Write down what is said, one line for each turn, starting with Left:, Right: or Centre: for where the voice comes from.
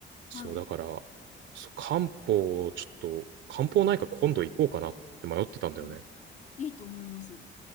Left: はい。
Right: そう、だから、そう漢方、ちょっと、漢方内科今度行こうかなって迷ってたんだよね。
Left: あ、いいと思います。